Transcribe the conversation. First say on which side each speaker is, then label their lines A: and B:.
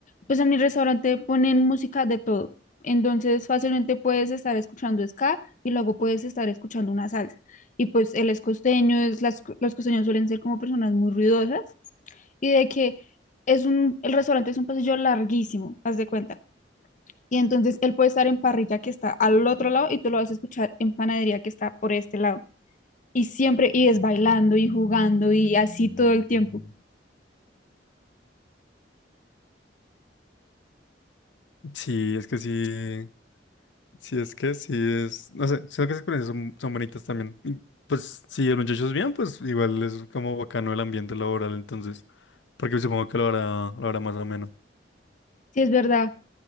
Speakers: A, on the left; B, on the left.
A: pues en mi restaurante ponen música de todo. Entonces, fácilmente puedes estar escuchando ska y luego puedes estar escuchando una salsa. Y pues él es costeño, es, las, los costeños suelen ser como personas muy ruidosas y de que es un, el restaurante es un pasillo larguísimo, haz de cuenta. Y entonces él puede estar en parrilla que está al otro lado y tú lo vas a escuchar en panadería que está por este lado. Y siempre, y es bailando y jugando y así todo el tiempo.
B: Sí, es que sí. Si es que sí es, no sé, siento que esas experiencias son, son bonitas también. Y, pues si el muchacho es bien, pues igual es como bacano el ambiente laboral, entonces, porque supongo que lo hará, lo hará más ameno.
A: Sí, es verdad.